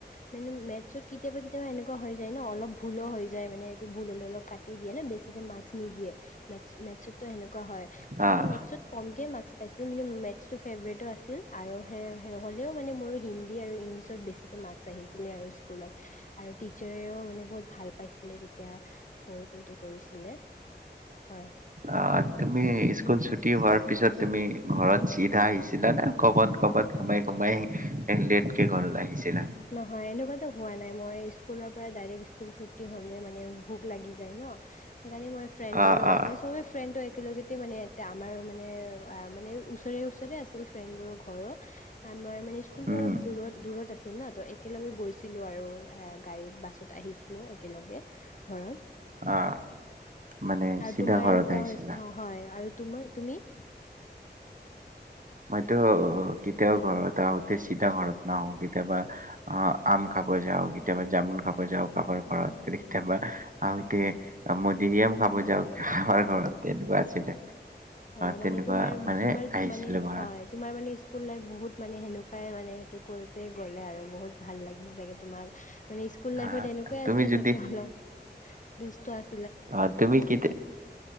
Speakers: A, on the left; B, on the right.
A: মানে মেথছত কেতিয়াবা কেতিয়াবা এনেকুৱা হৈ যায় ন অলপ ভুলো হৈ যায় মানে এইটো ভুল হ'লে অলপ কাট দিয়ে নে বেছিকৈ মাৰ্কছ নিদিয়ে মেথছ মেথছতো সেনেকুৱা হয়। সেইকাৰণে
B: অ',
A: মেথছত কমকে মাৰ্ক পাই কিন্তু মেথছটো ফেভৰেটো আছিল আৰু সেই হ'লেও মানে মোৰ হিন্দী আৰু ইংলিছত বেছিকৈ মাৰ্কছ আহিছিলে আৰু স্কুলত আৰু টিচাৰেও মানে বহুত ভাল পাইছিলে তেতিয়া ব' দিটো কৰিছিলে। হয়।
B: অহ, তুমি স্কুল ছুটি হোৱাৰ পিছত তুমি ঘৰত চিধা আহিছিলানে ক'বাত ক'বাত সোমাই সোমাই লেটকে ঘৰত আহিছিলা?
A: নহয় এনেকুৱাতো হোৱা নাই মই স্কুলৰ পৰা ডাইৰেক্ট স্কুল ছুটি হ'লে মানে ভোক লাগি যায় ন' সেইকাৰণে মই ফ্ৰেণ্ডবোৰৰ
B: অ',
A: লগত
B: অ',
A: মানে চবেই ফ্ৰেণ্ডটো একেলগে তে মানে আমাৰ মানে মানে ওচৰে ওচৰে আছিল ফ্ৰেণ্ডবোৰৰ ঘৰো আমাৰ মানে স্কুলটো
B: উম,
A: অলপ দূৰত দূৰত আছিল। ন' একলগে গৈছিলো আৰু গাড়ীত বাছত আহিছিলো একেলগে ঘৰত
B: অ', মানে
A: আৰু
B: চিধা
A: তোমাৰ
B: ঘৰত
A: এনেকুৱা
B: আহিছিলা।
A: অ', হয় আৰু তোমাৰ তুমি?
B: মইতো অ', কেতিয়াও ঘৰত আহোতে চিধা ঘৰত নাহো কেতিয়াবা অ', আম খাব যাওঁ কেতিয়াবা জামুন খাব যাওঁ কাৰোবাৰ ঘৰত কেতিয়াবা আৰু এতিয়া
A: আচ্ছা
B: মধুৰীআম খাব যাওঁ আমাৰ ঘৰত তেনেকুৱা আছিলে।
A: অ',
B: তেনেকুৱা
A: মানে তোমাৰ,
B: মানে
A: তোমাৰ
B: আহিছিলোঁ
A: মানে
B: ঘৰত।
A: হয় তোমাৰ মানে স্কুল লাইফ বহুত মানে সেনেকুৱাই মানে সেইটো কৰোতে গ'লে আৰু বহুত ভাল লাগে। চাগে তোমাক মানে স্কুল লাইফত
B: অ',
A: এনেকুৱাই
B: তুমি
A: আছিলে
B: যদি
A: চাগে অলপ। দুষ্ট আছ
B: অ তুমি <unintelligible>